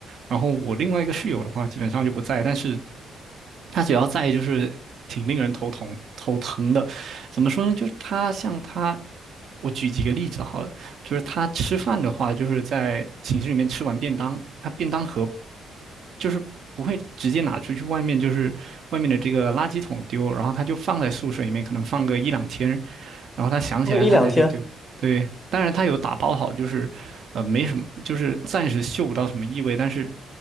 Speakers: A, on the right (about 65°); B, on the left (about 15°).
A: 然后我另外一个室友的话，基本上就不在，但是。他主要在意就是挺令人头疼头疼的。怎么说呢？就是他像他，我举几个例子好了，就是他吃饭的话，就是在寝室里面吃完便当，他便当盒就是不会直接拿出去外面，就是外面的这个垃圾桶丢，然后他就放在宿舍里面，可能放个一两天，然后他想起来他才去丢。
B: 过一两天
A: 对，当然他有打包好，就是，呃，没什么，就是暂时嗅不到什么异味，但是，